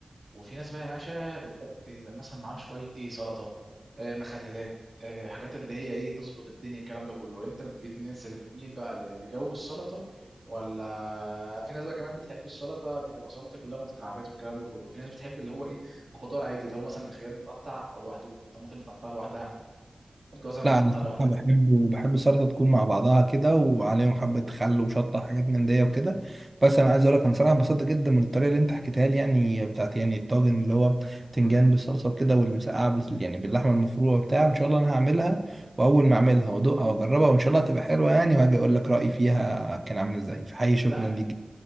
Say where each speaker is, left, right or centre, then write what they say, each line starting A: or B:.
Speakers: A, on the right (about 55°); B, on the right (about 30°).
A: وفي ناس بقى يا باشا بتحب يبقى مثلا معاهم شويه ايه سلطه آه مخللات آه حاجات اللي هي ايه تظبط الدنيا الكلام ده كله انت بت- الناس اللي بتميل بقى ل- لجو السلطه ولا في ناس بقى كمان بتحب السلطه بتبقى سلطه كلها مكعبات والكلام ده كله في ناس بتحب اللي هو ايه خضار عادي اللي هو مثلا الخيار متقطع او لوحده الطماطم متقطعه لوحدها الجزر متقطع
B: لا انا الصراحة
A: لوحده
B: بحب بحب السلطه تكون مع بعضها كده وعليهم حبه خل وشطه حاجات من دي وكده بس انا عايز اقول لك انا صراحه انبسطت جدا من الطريقه اللي انت حكيتها لي يعني بتاعت يعني الطاجن اللي هو بتنجان بالصلصه وكده والمسقعه بس يعني باللحمه المفرومه وبتاع ان شاء الله انا هعملها واول ما اعملها وادوقها واجربها وان شاء الله هتبقى حلوه يعني وهاجي اقول لك رايي فيها كان عامل ازاي فحقيقي شكرا
A: لا انت
B: ليك جداً.